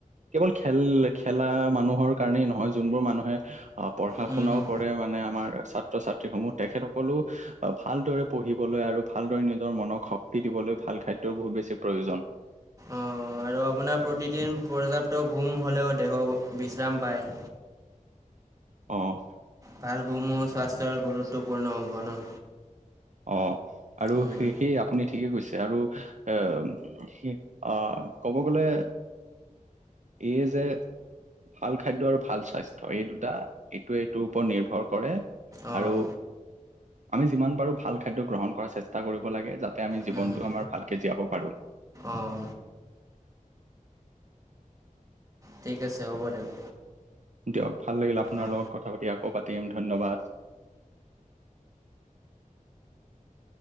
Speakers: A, on the right; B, on the right.
A: কেৱল খেল খেলা মানুহৰ কাৰনেই নহয় যোনবোৰ মানুহে আহ পঢ়া
B: হুম
A: শুনাও
B: হুম
A: কৰে, মানে আমাৰাত ছাত্ৰ ছাত্ৰীসমূহ তেখেতসকো ভালদৰে পঢ়িবলৈ আৰু ভালদৰে নিজৰ মনক শক্তি দিবলৈ ভ ভাল খাদ্য বহুত বেছি প্ৰয়োজন।
B: অ আৰু আপোনাৰ প্ৰতিদিন পৰ্যাপ্ত ঘুম হ'লেও দেহ বিশ্ৰাম পায়।
A: আহ।
B: ভালগুমো স্বাস্থ্যৰ গুৰুত্বপূৰ্ণ অংশ ন।
A: অ আৰু
B: উম,
A: স সেই আপুনি ঠিকে কৈছে, আৰু এ আহ ক'ব গ'লে, এই যে ভাল খাদ্য আৰু ভাল স্বাস্থ্য এই দুটা এইটোৱে এইটোৰ ওপৰত নিৰ্ভৰ কৰে।
B: আহ
A: আৰু আমি যিমান পাৰো ভাল খাদ্য গ্ৰহণ কৰাৰ চেষ্টা কৰিব লাগে য। আমি জীৱনটো
B: হুম হুম
A: আমাৰ ভালকে জীয়াব পাৰো।
B: অঁ ঠিক আছে হ'ব দিয়ক।
A: দিয়ক ভাল লাগিল আপোনাৰ
B: অঁ
A: লগত কথা পাতি আকৌ পাতিম ধন্যবাদ। <inaudible>